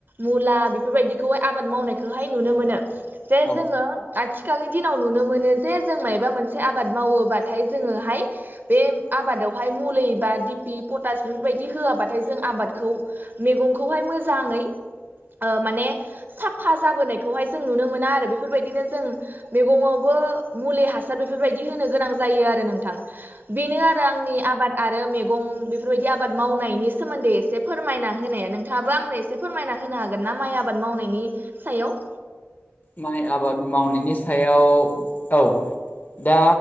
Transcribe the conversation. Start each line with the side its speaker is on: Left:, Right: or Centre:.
Right: मुला बेफोरबायदिखौहाय आबाद मावनायखौहाय नुनो मोनो। जे
Left: औ
Right: जोङो आथिखालनि दिनाव नुनो मोनो जे जों मायबा मोनसे आबाद मावोबाथाय जोङो हाय बेम आबादावहाय मुलै बा दिपि पटास बेबायदि होआबाथाय जों आबादखौ मेगंखौहाय मोजाङै ओ माने साफा जाबोनायखौहाय जों नुनो मोना आरो बेफोरबायदिनो जों मेगङावबो मुलि हासार बेफोरबायदि होनो गोनां जायो आरो नोंथां। बेनो आरो आंनि आबाद आ ओ मेगं बेफोरबायदि आबाद मावनायनि सोमोन्दै एसे फोरमायना होनाया नोंथाङाबो आंनो एसे फोरमायना होनो हागोन ना माइ आबाद मावनायनि सायाव?
Left: माइ आबाद मावनायनि सायाव औ दा